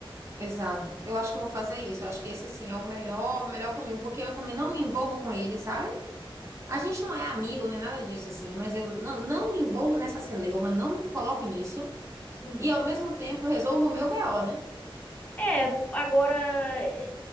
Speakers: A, on the right; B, on the left.
A: Exato. Eu acho que eu vou fazer isso. Eu acho que esse, assim, é o melhor, o melhor caminho, porque eu também não me envolvo com ele, sabe? A gente não é amigo nem nada disso, assim, mas eu não, não me envolvo nessa celeuma, não me coloco nisso,
B: Sim.
A: e ao mesmo tempo resolvo o meu BO, né?
B: É, agora eh,